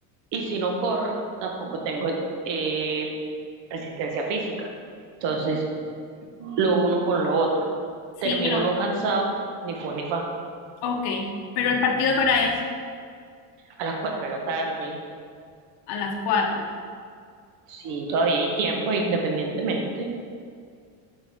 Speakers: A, on the right; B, on the left.
A: Y si no corro, tampoco tengo eh, resistencia física. Entonces, lo uno con lo otro.
B: Sí,
A: Termina
B: pero,
A: uno cansado, ni fu ni fa,
B: ok, pero el partido que ahora es
A: a las 4 de la tarde,
B: a las cuatro.
A: si todavía hay tiempo, independientemente.